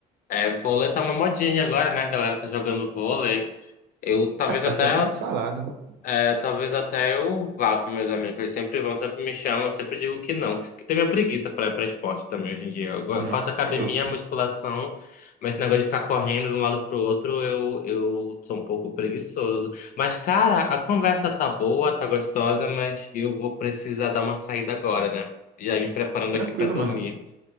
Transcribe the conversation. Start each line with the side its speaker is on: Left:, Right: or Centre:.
Left: É, vôlei tá uma modinha agora, né? A galera tá jogando vôlei. Eu talvez
Right: Ah, tá
Left: até
Right: sendo mais falado.
Left: é, talvez até eu vá com meus amigos. Eles sempre vão, sempre me chamam, eu sempre digo que não. Porque tem minha preguiça pra ir pra esporte também hoje em dia. Eu go-
Right: Nossa,
Left: eu faço academia,
Right: eu.
Left: musculação, mas esse negócio de ficar correndo de um lado pro outro, eu, eu sou um pouco preguiçoso. Mas, cara, a conversa tá boa, tá gostosa, mas eu vou precisar dar uma saída agora, né? Já ir me preparando
Right: Tranquilo,
Left: aqui pra dormir.
Right: mano.